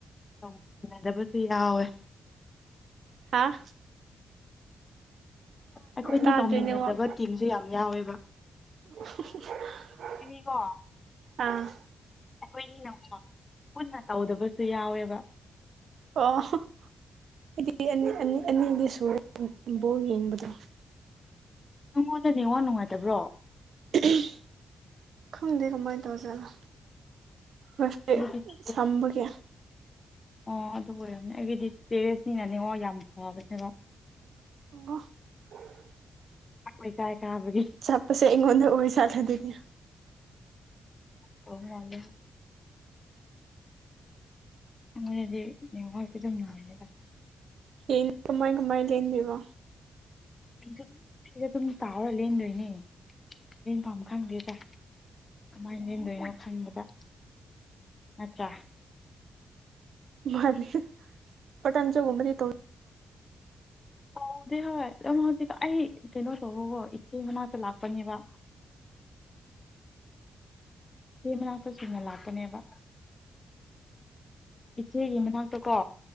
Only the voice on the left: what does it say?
ꯇꯧꯃꯤꯟꯅꯗꯕꯁꯨ ꯌꯥꯎꯋꯦ
ꯑꯩꯈꯣꯏꯅꯤ
ꯇꯧꯃꯤꯟꯅꯗꯕ
ꯇꯤꯝꯁꯨ ꯌꯥꯝ ꯌꯥꯎꯋꯦꯕ
ꯆꯤꯅꯤꯀꯣ
ꯑꯩꯈꯣꯏꯅꯤꯅꯀꯣ ꯄꯨꯟꯅ ꯇꯧꯗꯕꯁꯨ ꯌꯥꯎꯋꯦꯕ
ꯅꯪꯉꯣꯟꯗ ꯅꯦꯋꯥꯛ ꯅꯨꯡꯉꯥꯏꯇꯕ꯭ꯔꯣ
<unintelligible>
ꯑꯣ ꯑꯗꯨ ꯑꯣꯏꯔꯝꯅꯤ ꯑꯩꯒꯤꯗꯤ ꯄꯦꯔꯦꯁꯅꯤꯅꯅꯦ ꯑꯣ ꯌꯥꯝ ꯐꯕꯅꯦꯕ
ꯂꯩꯀꯥꯏ ꯀꯥꯕꯒꯤ
<inaudible> ꯇꯧ ꯃꯥꯜꯂꯦ ꯑꯩꯉꯣꯟꯗꯗꯤ ꯅꯦꯋꯥꯛꯇꯤ ꯗꯨꯝ ꯅꯨꯡꯉꯥꯏꯌꯦꯗ
ꯐꯤꯗ ꯑꯗꯨꯝ ꯐꯤꯗ ꯑꯗꯨꯝ ꯇꯥꯎꯔꯥ ꯂꯦꯟꯗꯣꯏꯅꯦ ꯂꯦꯟꯐꯥꯝ ꯈꯪꯗꯦꯗ ꯀꯃꯥꯏꯟ ꯂꯦꯟꯗꯣꯏꯅꯣ ꯈꯟꯕꯗ ꯅꯠꯇ꯭ꯔꯥ
ꯇꯧꯗꯦ ꯍꯣꯏ ꯑꯗꯨꯝ ꯍꯧꯖꯤꯛ ꯑꯩ ꯀꯩꯅꯣ ꯇꯧꯕꯀꯣ ꯏꯆꯦ ꯃꯅꯥꯛꯇ ꯂꯥꯛꯄꯅꯦꯕ ꯏꯆꯦ ꯃꯅꯥꯛꯇꯥ ꯆꯨꯝꯅ ꯂꯥꯛꯄꯅꯦꯕ ꯏꯆꯦꯒꯤ ꯃꯅꯥꯛꯇꯥ ꯀꯣ